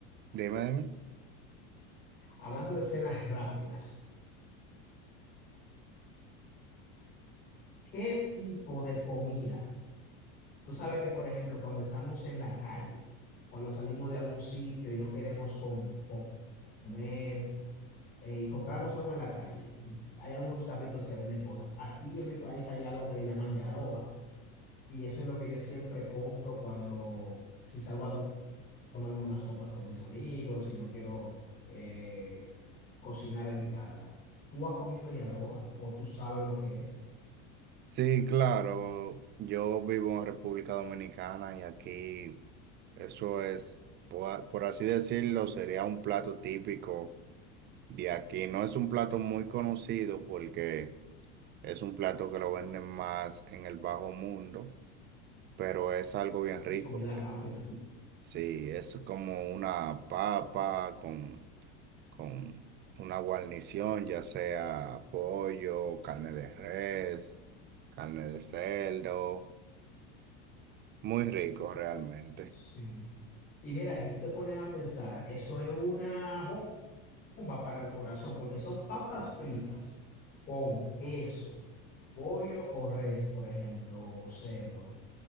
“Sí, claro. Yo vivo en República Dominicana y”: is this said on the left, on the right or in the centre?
Right